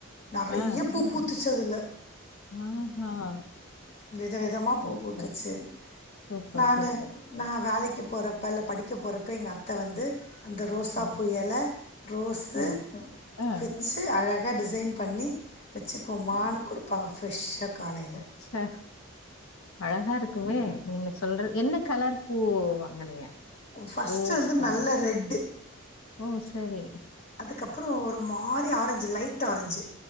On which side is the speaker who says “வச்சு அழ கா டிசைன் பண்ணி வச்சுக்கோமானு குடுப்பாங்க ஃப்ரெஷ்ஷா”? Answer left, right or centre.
Left